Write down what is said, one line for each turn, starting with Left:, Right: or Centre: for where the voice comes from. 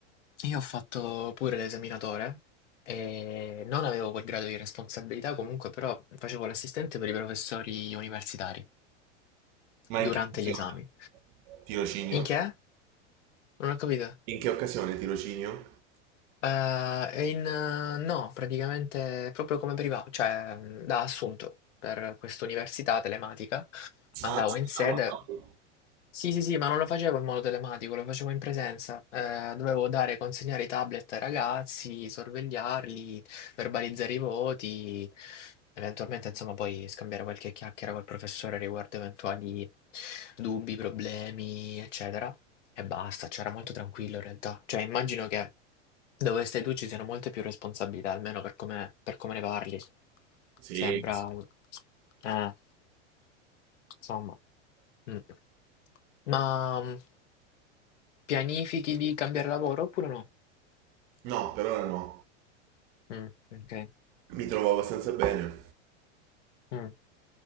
Left: io ho fatto pure l'esaminatore e non avevo quel grado di responsabilità, comunque però facevo l'assistente per i professori universitari
Right: Ma
Left: durante
Right: in che occasione?
Left: gli esami.
Right: Tirocinio?
Left: In che? Non ho capito.
Right: In che occasione tirocinio?
Left: Ehm, è in eh, no, praticamente proprio come priva cioè, mhmm, da assunto per questa università telematica. Andavo
Right: Ah,
Left: in sede
Right: wow.
Left: sì, sì, sì, ma non lo facevo in modo telematico, lo facevo in presenza. Ehm, dovevo dare consegnare i tablet ai ragazzi, sorvegliarli verbalizzare i voti, eventualmente, insomma, poi scambiare qualche chiacchiera col professore riguardo eventuali dubbi, problemi, eccetera. E basta, cioè era molto tranquillo in realtà. Cioè, immagino che dove stai tu ci siano molte più responsabilità, almeno per come, per come ne parli.
Right: Sì,
Left: Sembra...
Right: sì.
Left: un- Eh, insomma... mm. Ma mm, pianifichi di cambiare lavoro oppure no?
Right: no, per ora no.
Left: Mm, ok.
Right: Mi trovo abbastanza bene.
Left: Mm.